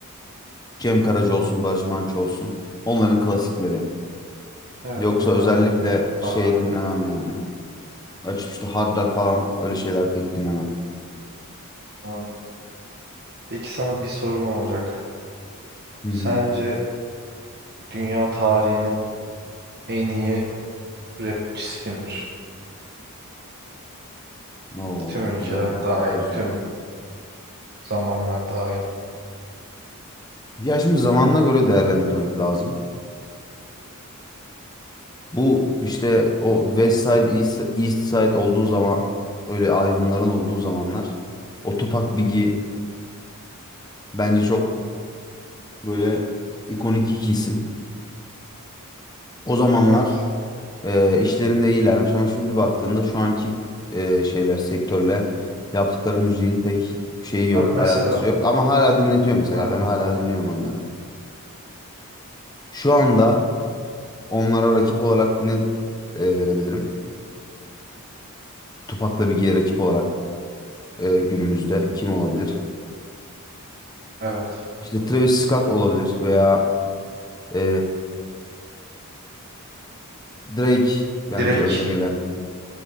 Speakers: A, on the left; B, on the right.
A: Cem Karaca olsun, Barış Manço olsun onların klasikleri.
B: evet
A: Yoksa
B: onları
A: özellikle
B: ben de dinliyorum.
A: şey
B: Arada bir.
A: dinlemem yani. Açıp işte Hard Rock falan öyle şeyler pek dinlemem.
B: Anladım. Peki sana bir sorun olacak.
A: Hı
B: Sence
A: hı.
B: dünya tarihinin en iyi rapçisi kimdir?
A: Oo,
B: Tüm ülkeler
A: güzel,
B: dahil,
A: güzel soru.
B: tüm zamanlar dahil.
A: Ya şimdi zamanına göre değerlendirmek lazım. Bu işte o West Side, East, East Side olduğu zaman öyle ayrımların olduğu zamanlar o Tupac Biggie bence çok Böyle ikonik iki isim. O zamanlar
B: Evet.
A: e, işlerinde iyilermiş ama şimdi baktığında şu anki e, şeyler sektörle yaptıkları müziğin pek şeyi yok,
B: Ben mesela
A: alakası yok. Ama hala dinletiyor mesela.
B: aynen,
A: Ben hala dinliyorum onları. Şu anda onlara rakip olarak ne e, verebilirim? Tupac'la Biggie'ye rakip olarak e, günümüzde kim olabilir?
B: evet.
A: İşte Travis Scott olabilir veya e, Drake bence
B: Direkt
A: önde gelen